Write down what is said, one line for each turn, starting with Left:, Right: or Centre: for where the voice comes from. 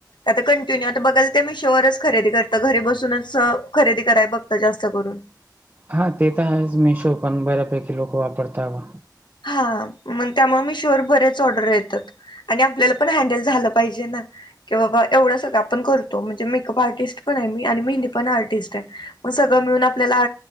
Left: आता कंटिन्यू आता बघल ते मीशोवच खरेदी करतं घरी बसूनच खरेदी कराय बघतं जास्त करून.
Right: हा ते तर आहे मिशो पण बऱ्यापैकी लोकं वापरताव.
Left: हा मंग त्यामुळे मिशोवर बरे च ओडर येतात आणि आपल्याला पण हँडल झालं पाहिजे ना. कि बाबा एवढं सगळं आपण करतो म्हणजे मेकअप आर्टिस्ट पण आहे मी आणि मेहंदी पण आर्टिस्ट आहे. मग सगळं मिळून आपल्याला